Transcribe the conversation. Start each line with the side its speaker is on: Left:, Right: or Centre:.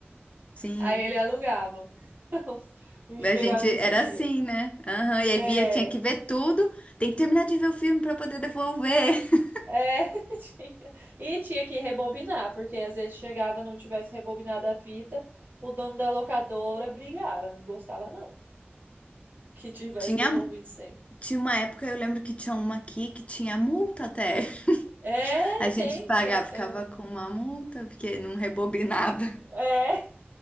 Left: sim.
Right: Aí ele alugava. <laughs> A gente
Left: A
Right: pegava
Left: gente
Right: nesse
Left: era
Right: dia.
Left: assim, né? Aham. E aí
Right: É.
Left: via, tinha que ver tudo. Tem que terminar de ver o filme para poder devolver. <laughs>
Right: É, <laughs> tinha. E tinha que rebobinar, porque às vezes chegava, não tivesse rebobinado a fita, o dono da locadora brigava, não gostava não, que tivesse
Left: Tinha,
Right: devolvido sem.
Left: tinha uma época, eu lembro que tinha uma aqui que tinha multa até.
Right: É,
Left: <laughs> A gente
Right: tem,
Left: pagava,
Right: tinha, tem
Left: ficava
Right: um-
Left: com uma multa, porque não rebobinava.
Right: é,